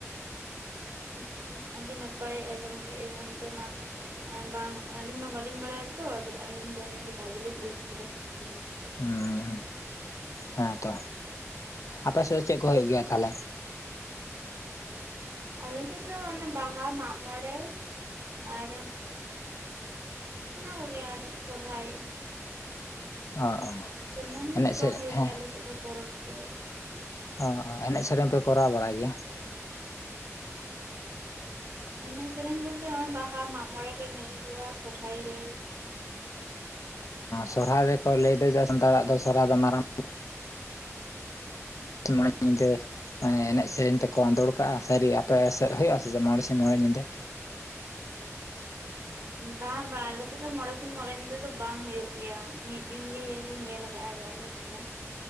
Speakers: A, on the right; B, on the left.
A: ᱟᱪᱪᱷᱟ ᱟᱹᱰᱤ ᱱᱟᱯᱟᱭ ᱟᱸᱡᱚᱢ ᱠᱮ ᱟᱹᱧ ᱚᱱᱛᱮ ᱢᱟ ᱵᱟᱝ ᱟᱹᱞᱤᱧ ᱢᱟ ᱵᱟᱹᱞᱤᱧ ᱵᱟᱲᱟᱭᱟᱛᱚ ᱟᱫᱚ ᱟᱸᱡᱚᱢ ᱜᱮᱭᱟᱞᱤᱧ ᱟᱹᱰᱤ ᱵᱷᱟᱜᱤ ᱞᱤᱧ ᱵᱩᱡ ᱠᱮᱫᱟ᱾ ᱦᱩᱸ
B: ᱦᱩᱸ ᱦᱮᱸᱛᱚ ᱟᱯᱮ ᱥᱮᱫ ᱫᱚ ᱪᱮᱫ ᱠᱚ ᱦᱩᱭᱩᱜ ᱜᱮᱭᱟ ᱛᱟᱦᱚᱞᱮ?
A: ᱟᱞᱮ ᱥᱮᱫ ᱫᱚ ᱚᱱᱮ ᱵᱟᱦᱟ, ᱢᱟᱜ ᱢᱚᱬᱮ, ᱟᱨ ᱚᱱᱟ ᱠᱚᱜᱮ ᱟᱨ ᱥᱚᱨᱦᱟᱭ
B: ᱚ ᱚ
A: ᱮᱢᱚᱱ
B: ᱮᱱᱮᱡ
A: ᱫᱚ ᱵᱟᱝ
B: ᱥᱮᱨᱮᱧ
A: ᱦᱩᱭᱩᱜ
B: ᱦᱮᱸ
A: ᱜᱮᱭᱟ ᱟᱞᱮ ᱥᱮᱫ ᱫᱚ ᱯᱚᱨᱚᱵᱽ ᱠᱚ᱾
B: ᱚ ᱮᱱᱮᱡ ᱥᱮᱨᱮᱧ ᱯᱮ ᱠᱚᱨᱟᱣ ᱵᱟᱲᱟᱭ ᱜᱮᱭᱟ?
A: ᱮᱱᱮᱡ ᱥᱮᱨᱮᱧ ᱵᱚᱞᱛᱮ ᱱᱚᱜ-ᱚᱭ ᱵᱟᱦᱟ ᱢᱟᱜ ᱢᱚᱬᱮ ᱨᱮ ᱮᱱᱮᱡ ᱦᱩᱭᱩᱜ-ᱟ ᱥᱚᱨᱦᱟᱭ ᱨᱮ
B: ᱥᱚᱨᱦᱟᱭ ᱨᱮᱠᱚ ᱞᱟᱹᱭᱫᱟ ᱡᱮ ᱥᱟᱱᱛᱟᱲᱟᱜ ᱫᱚ ᱥᱚᱨᱦᱟᱭ ᱫᱚ ᱢᱟᱨᱟᱝ ᱢᱚᱬᱮ ᱧᱤᱫᱟᱹ <unintelligible> ᱮᱱᱮᱡ ᱥᱮᱨᱮᱧ ᱛᱮᱠᱚ ᱟᱸᱫᱳᱲ ᱠᱟᱜ-ᱟ ᱥᱟᱹᱨᱤ ᱟᱯᱮ ᱥᱮᱫ ᱦᱩᱭᱩᱜ-ᱟ ᱥᱮ ᱢᱚᱬᱮ ᱥᱤᱧ ᱢᱚᱬᱮ ᱧᱤᱫᱟᱹ
A: <unintelligible> ᱵᱟᱝ ᱵᱟᱝ ᱟᱞᱮᱥᱮᱫ ᱫᱚ ᱢᱚᱬᱮ ᱥᱤᱧ ᱢᱚᱲᱮ ᱧᱤᱫᱟᱹ ᱫᱚ ᱵᱟᱝ ᱦᱩᱭᱩᱜ ᱜᱮᱭᱟ ᱢᱤᱫ ᱫᱤᱱᱜᱮᱞᱤᱧ ᱧᱮᱞ ᱠᱟᱜ ᱟ ᱟᱞᱮᱥᱮᱫ ᱵᱟᱝ